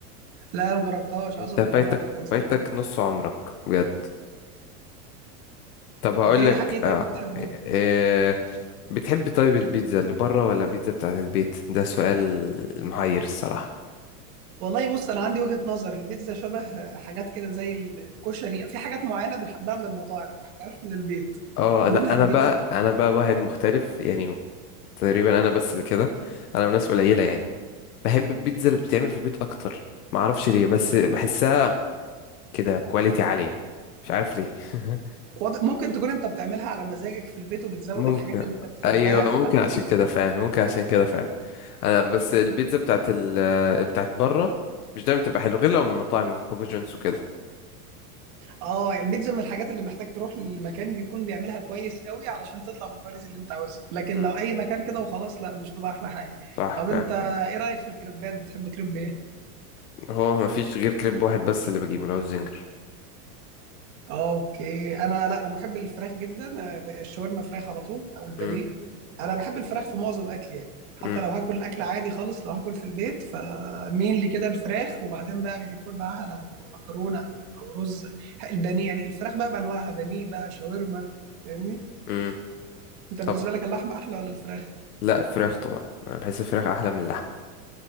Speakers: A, on the right; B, on the left.
A: لا انا ما جربتهاش عايز
B: انت
A: ابقى اجربها
B: فايتك
A: تنصحني
B: فايتك نص عمرك بجد طب هقول
A: طب ايه
B: لك
A: ايه تاني
B: آه،
A: بتحبه
B: إيه، بتحب طيب البيتزا اللي بره ولا البيتزا بتاعت البيت ده سؤال محير الصراحة
A: والله بص انا عندي وجهة نظر البيتزا شبه حاجات كده زي ال- الكشري في حاجات معينة بنحبها من المطاعم ما بحبهاش من البيت
B: اه
A: منها
B: لا انا
A: البيتزا
B: بقى انا بقى واحد مختلف يعني تقريبا انا بس اللي كده انا وناس قليلة يعني بحب البيتزا اللي بتتعمل في البيت اكتر معرفش ليه بس بحسها كده كواليتي عالية مش عارف ليه <laughs>
A: واضح- ممكن تكون انت بتعملها على مزاجك في البيت وبتزود
B: ممكن
A: الحاجات اللي انت بتحبها
B: ايوه ممكن
A: فعشان
B: عشان كده
A: كده
B: فعلا ممكن عشان كده فعلا انا بس البيتزا بتاعت ال بتاعت بره مش دايما بتبقى حلوه غير لو من مطاعم مثلا بابا جونز وكده
A: اه البيتزا من الحاجات اللي محتاج تروح لمكان بيكون بيعملها كويس قوي علشان تطلع بالكواليتي اللي انت عاوزها لكن
B: مم.
A: لو اي مكان كده وخلاص لا مش تبقى احلى حاجة
B: صح
A: طب
B: فعلا
A: انت ايه رأيك في الكريبات بتحب كريب ايه
B: هو مفيش غير كريب واحد بس اللي بجيبه اللي هو الزنجر
A: اوكي انا لا انا محب الفراخ جدا آه، الشاورما فراخ على طول او البانيه
B: مم.
A: انا بحب الفراخ في معظم اكلي يعني حتى
B: مم.
A: لو هاكل اكل عادي خالص لو هاكل في البيت فمين لي كده الفراخ وبعدين بقى بيكون معاها لو مكرونه او او رز البانيه يعني الفراخ بقى بانواعها بانيه بقى شاورما فاهمني
B: مم.
A: انت بالنسبه
B: طب
A: لك اللحمه احلى ولا الفراخ
B: لا فراخ طبعا انا بحس الفراخ احلى من اللحمه